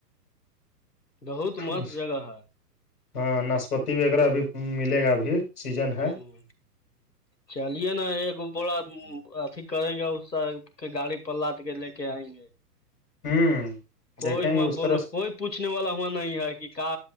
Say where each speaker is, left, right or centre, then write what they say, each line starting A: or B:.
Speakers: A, on the left; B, on the left.
A: بہت مست
B: اس
A: جگہ ہے
B: ہاں ناشپتی وغیرہ بھیب ملے گا ابھی سیزن ہے
A: ہوں چلیے نا ایک بوڑا اھی کریں گے اس کے گاڑی پلاد کے لے کے آئیں گے
B: ہوں
A: کوئی
B: دیکھیں
A: ہواں
B: گے اس
A: بولو
B: طرح سے
A: کوئی پوچھنے والا ہواں نہیں ہے کہ کا